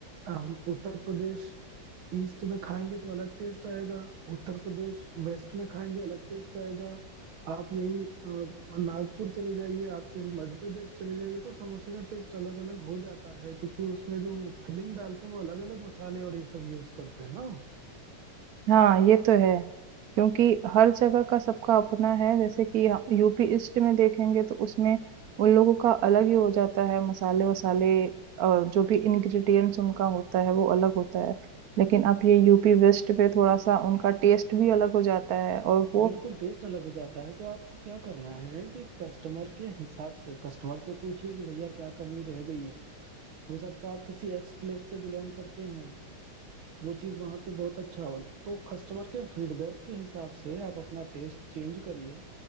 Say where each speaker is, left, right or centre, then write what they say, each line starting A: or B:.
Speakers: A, on the right; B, on the right.
A: हम उत्तर प्रदेश ईस्ट में खाएंगे तो अलग टेस्ट आएगा उत्तर प्रदेश वेस्ट में खाएंगे अलग टेस्ट आएगा आप यही अ, नागपुर चले जाइए आप यही मध्य प्रदेश चले जाइए तो समोसे का टेस्ट अलग अलग हो जाता है क्योंकि उसमें जो फिलिंग डालते हैं वो अलग अलग मसाले और ये सब यूज करते हैं ना
B: हाँ ये तो है क्योंकि हर जगह का सबका अपना है जैसे कि यूपी ईस्ट में देखेंगे तो उसमें उन लोगों का अलग ही हो जाता है मसाले वसाले अ, जो भी इंग्रेडिएंट्स उनका होता है वो अलग होता है लेकिन आप ये यूपी वेस्ट पे थोड़ा सा उनका टेस्ट भी अलग हो जाता है और वो
A: बिल्कुल टेस्ट अलग हो जाता है तो आपको क्या करना है कि कस्टमर के हिसाब से कस्टमर से पूछिए कि भैया क्या कमी रह गई है हो सकता है आप किसी एक्स प्लेस से बिलोंग करते हो वो चीज़ वहाँ पे बहुत अच्छा हो तो कस्टमर के फीडबैक के हिसाब से आप अपना टेस्ट चेंज करिए